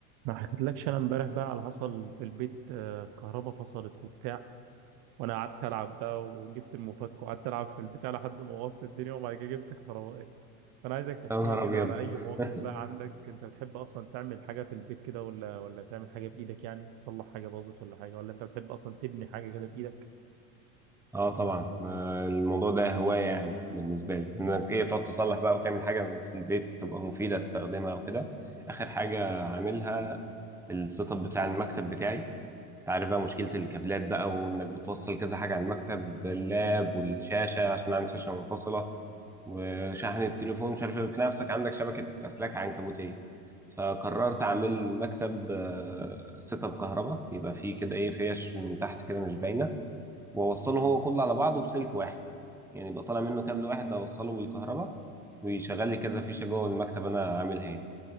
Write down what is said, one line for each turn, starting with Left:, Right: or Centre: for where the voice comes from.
Right: ما حكيتلكش انا امبارح بقى على حصل في البيت آه، الكهرباء فصلت وبتاع وانا قعدت العب بقى وجبت المفك وقعدت العب في البتاع لحد ما وصلت الدنيا وبعد كده جبت كهربائي فانا عايزك تحكي
Centre: يا نهار
Right: لي كده
Centre: ابيض
Right: على اي مواقف
Centre: <laughs>
Right: بقى عندك انت بتحب اصلا تعمل حاجه في البيت كده ولا ولا تعمل حاجه بايدك يعني تصلح حاجه باظت ولا حاجه ولا انت بتحب اصلا تبني حاجه كده بايدك
Centre: اه طبعا آه، الموضوع ده هوايه يعني بالنسبه لي انك ايه تقعد تصلح بقى وتعمل حاجه في البيت تبقى مفيده تستخدمها وكده اخر حاجه عاملها السيت اب بتاع المكتب بتاعي انت عارف بقى مشكله الكابلات بقى وانك بتوصل كذا حاجه على المكتب اللاب والشاشه عشان عندي شاشه منفصله وشحن التليفون مش عارف ايه بتلاقي نفسك عندك شبكه اسلاك عنكبوتيه فقررت اعمل مكتب سيت اب كهرباء يبقى فيه كده ايه فيش من تحت كده مش باينه واوصله هو كله على بعضه بسلك واحد يعني يبقى طالع منه كابل واحد اوصله بالكهرباء ويشغل لي كذا فيشه جوه المكتب انا عاملها يعني